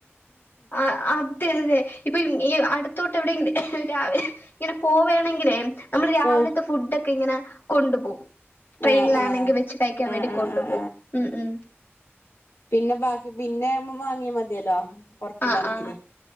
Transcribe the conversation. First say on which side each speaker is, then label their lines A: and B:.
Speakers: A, on the left (about 50°); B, on the left (about 65°).
A: ആ അതെ അതെ ഇപ്പൊ അടുത്തോട്ട് എവിടെ രാവിലെ ഇങ്ങനെ പോവണെങ്കിലേ നമ്മള് രാവിലത്തെ
B: ആഹ്
A: ഫുഡ്‌ ഒക്കെ ഇങ്ങനെ കൊണ്ടു പോകും ട്രെയിനിൽ
B: ആഹ് ആഹ്
A: ആണെങ്കിൽ വെച്ച് കഴിക്കാൻ
B: ആഹ്
A: വേണ്ടി
B: ആഹ്
A: കൊണ്ടുപോകും
B: ആഹ് ആഹ്
A: ഉം ഉം
B: പിന്നെ ബാക്കി പിന്നെ വാങ്ങിയാ മതിയല്ലോ പൊറുത്തുനിന്നാണെകിലും
A: ആ ആ